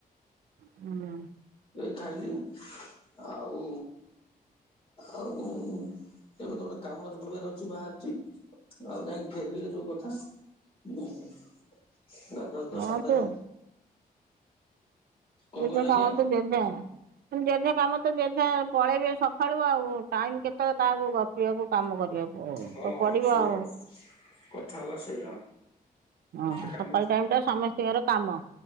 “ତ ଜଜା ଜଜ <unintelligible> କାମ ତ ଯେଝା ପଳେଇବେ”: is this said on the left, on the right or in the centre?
Right